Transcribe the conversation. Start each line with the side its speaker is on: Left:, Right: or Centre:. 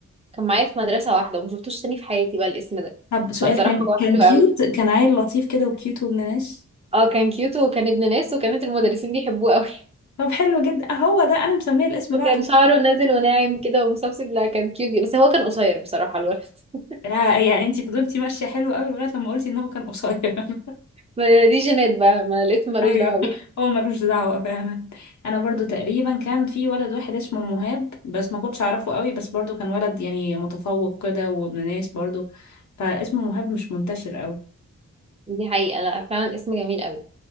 Right: كان معايا في مدرسة واحدة وما شفتوش تاني في حياتي بقى الاسم ده
Left: طب سؤال
Right: فبصراحة
Left: كان
Right: هو
Left: كان
Right: حلو
Left: كيوت
Right: <laughs> قوي
Left: كان عيل لطيف كده وكيوت وابن ناس
Right: اه كان كيوت وكان ابن ناس وكانت المدرسين بيحبوه قوي <laughs>
Left: طب حلو جدا هو ده انا مسميه الاسم
Right: وكان
Left: ده عشان
Right: شعره نازل وناعم كده ومسبسب لا كان كيوت جدا بس هو كان قصير بصراحة الولد <laughs>
Left: يا, يا انتي فضلتي ماشيه حلو قوي لغايه لما قلتي ان هو كان قصير <laughs>
Right: ما دي جينات بقى ما الاسم ملوش
Left: ايوه
Right: دعوة بيها
Left: هو ملوش دعوه فعلا انا برضو تقريبا كان في ولد واحد اسمه مهاب بس ما كنتش اعرفه قوي بس برضو كان ولد يعني متفوق كده وابن ناس برضو فاسمه مهاب مش منتشر قوي
Right: دي حقيقة لا فعلا اسم جميل قوي